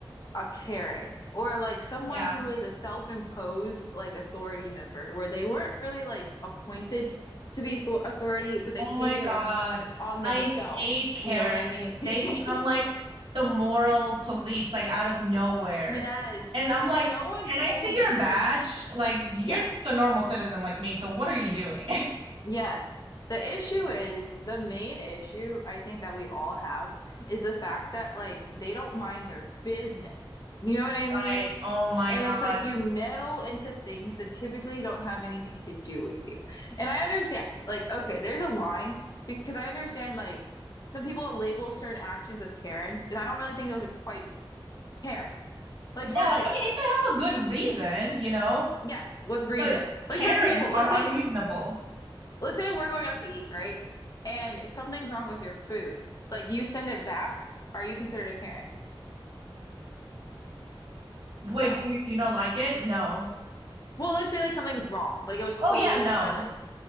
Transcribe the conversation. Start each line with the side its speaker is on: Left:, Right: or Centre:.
Left: a Karen or like someone
Right: Yeah.
Left: who is a self-imposed like authority member where they weren't really like appointed to be th authority, but they
Right: Oh
Left: take
Right: my God.
Left: it on on
Right: I
Left: themselves.
Right: hate Karens.
Left: You know what I mean? <laughs>
Right: They become like the moral police, like out of nowhere.
Left: Yes.
Right: And I'm like,
Left: And no one
Right: can
Left: told
Right: I see your
Left: them
Right: badge?
Left: to.
Right: Like, you're
Left: Yes.
Right: just a normal citizen like me, so what are you doing? <laughs>
Left: Yes. The issue is the main issue I think that we all have is the fact that like they don't mind their business. You know what I
Right: Right.
Left: mean?
Right: Oh my
Left: And
Right: God.
Left: it's like you meddle into things that typically don't have anything to do with you. And I understand, like, okay, there's a line because I understand, like, some people label certain actions as Karens, and I don't really think those are quite Karens. Like,
Right: Yeah,
Left: for example,
Right: like I mean, if they have a good reason, you know,
Left: yes, with reason.
Right: but
Left: Like,
Right: Karens
Left: for example, let's
Right: are
Left: say,
Right: unreasonable.
Left: let's say we're going out to eat, right? And something's wrong with your food. Like, you send it back. Are you considered a Karen?
Right: Wait,
Left: No.
Right: do you you know like it? No.
Left: Well, let's say like something was wrong, like it was cold
Right: Oh yeah, no.
Left: or like